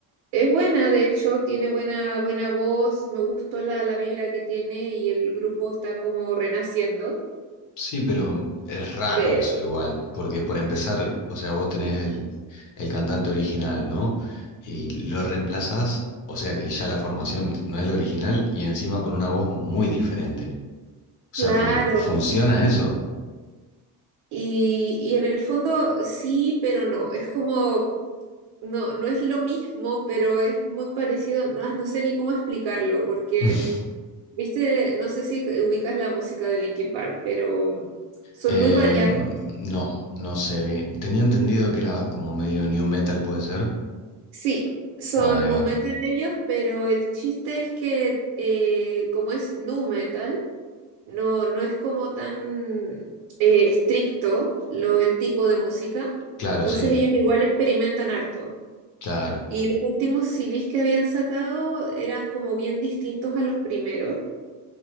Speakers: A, on the right (about 80°); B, on the left (about 45°).
A: es buena, de hecho, tiene buena, buena voz, me gustó la, la vibra que tiene y el grupo está como renaciendo,
B: sí, pero es raro
A: pero
B: eso igual, porque por empezar, o sea, vos tenés el, el cantante original, ¿no? Y lo reemplazás, o sea que ya la formación no es la original y encima por una voz muy diferente. O sea,
A: claro,
B: fun- ¿funciona eso?
A: y, y en el fondo sí, pero no, es como, no, no es lo mismo, pero es muy parecido, no, no sé ni cómo explicarlo, porque,
B: <laughs>
A: viste, no sé si ubicas la música de Linkin Park, pero son
B: Eh,
A: muy variadas
B: no, no sé bien. Tenía entendido que era como medio new metal, puede ser.
A: Sí, son
B: Ah, Ahí
A: nu
B: va.
A: metal ellos, pero el chiste es que eh, como es nu metal, no, no es como tan eh, estricto lo, el tipo de música,
B: Claro,
A: entonces
B: sí,
A: ellos igual experimentan harto.
B: claro.
A: Y los últimos CDs que habían sacado eran como bien distintos a los primeros.